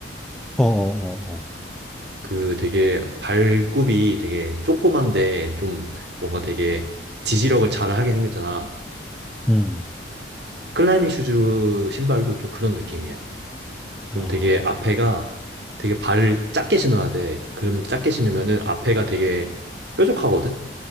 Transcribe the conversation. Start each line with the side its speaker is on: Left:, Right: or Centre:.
Centre: 어어어어.
Right: 그 되게 발굽이 되게 조그만데 좀 뭔가 되게 지지력을 잘 하게 생겼잖아.
Centre: 음,
Right: 클라이밍 슈즈 신발도 좀 그런 느낌이야. 좀
Centre: 아,
Right: 되게 앞에가 되게 발을 작게 신어야 돼. 그러면 작게 신으면은 앞에가 되게 뾰족하거든?